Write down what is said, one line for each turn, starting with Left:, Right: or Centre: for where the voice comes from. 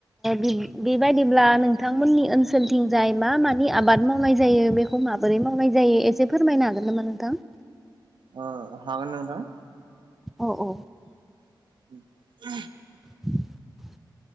Centre: बेब बेबायदिब्ला नोंथांमोननि ओनसोलथिंजाय मा मानि आबाद मावनाय जायो बेखौ माबोरै मावनाय जायो एसे फोरमायनो हागोन नामा नोंथां?
Right: ओ हागोन नोंथां।
Centre: औ औ
Right: <inaudible>
Centre: <inaudible>